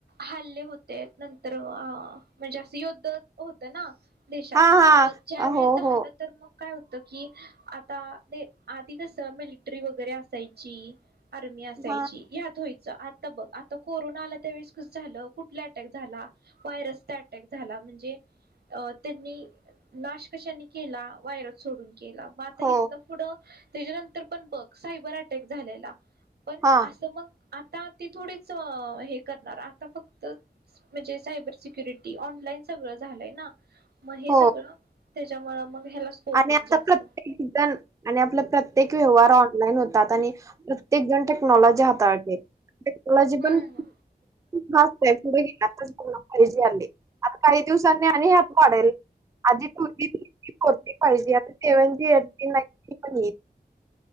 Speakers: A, on the right (about 80°); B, on the right (about 20°).
A: हल्ले होते ते नंतर <unintelligible> म्हणजे असं युद्ध होत ना देशात
B: हा हा
A: मग ज्या वेळेस
B: हो
A: झालं
B: हो
A: तर मग काय होत की आता आधी कस मििटरी वगैरे असायची आता, असायची
B: हा
A: हत होयच आता बघ आता कोरोना आला त्यावेेळेस कस झालं कुठला अटॅक झाला वायरसचा अटॅक झाला म्हणजे अ त्यांनी नाश कशानी केला वयरस सोडून, केला म आता
B: हो
A: इथन पुढं, त्याच्यानंतर पण बघ सायबर अटॅक झालेला, पण
B: हा
A: असं मग आ ता ती थोडेच हे करणार आता फक्त म्हणजे सायबर सिक्युरिटी ऑनलाईन सगळं झालंय ना, मग हे
B: हो
A: सगळं त्याच्यामुळे मग ह्याला स्कोप
B: आणि
A: येईल
B: आता
A: जास्त
B: प्रत्येक जण आणि आपला प्रत्येक व्यवहार ऑनलाईन होत. आणि आता प्रत्येक, टेक्नॉलॉजी हाताळते टेक्नॉलॉजी
A: हम्म
B: पण फास्ट आहेपुढे आता च पूर्ण फायजी आलाय आहे आता काही दिवसांनी आणि हात वाढेल आधी <unintelligible> पाहिजे आता तेवणज <unintelligible> ये नाही पण येईल